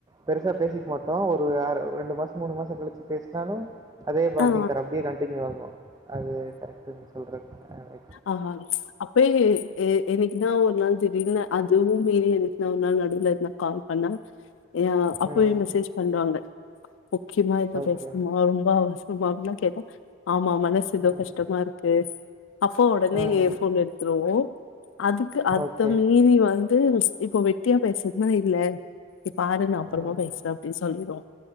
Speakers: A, on the right (about 20°); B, on the left (about 75°).
A: பெருசா பேசிக்க மாட்டோ ஒரு ஆர் ரெண்டு மாச மூணு மாச கழிச்சு பேசினாலு அதே பாண்டிங்
B: ஆ
A: கா அப்டியே கண்டனியூ ஆகு அது கரெக்ட்டுதா நீ சொல்றது ஆ ரை
B: ஆமாம் அப்போ ஏ எ எனக்குதா ஒரு நாள் திடிரென அதுவு மீறி எனக்குனா ஒரு நாள் நடுலனா கால் பண்ணா ஏ அப்யே
A: ம்.
B: மெசேஜ் பண்வாங்க முக்கியமா எப்ப
A: ஓகே.
B: பேசணுமா ரொம்ப அவச இதுமார்லா கேட்டா ஆமா மனசு எதோ
A: ம்.
B: கஷ்டமா இருக்கு அப்பா ஒடனே
A: ம்.
B: போன் எடுத்துருவோ அதுக்கு அத
A: ஓகே.
B: மீறி வந்து இது இப்போ வெட்டியா பேசுறதுன்னா இல்ல இ பாரு நா அப்பறமா
A: ம்.
B: பேசுறே அப்டினு சொல்லிடுவா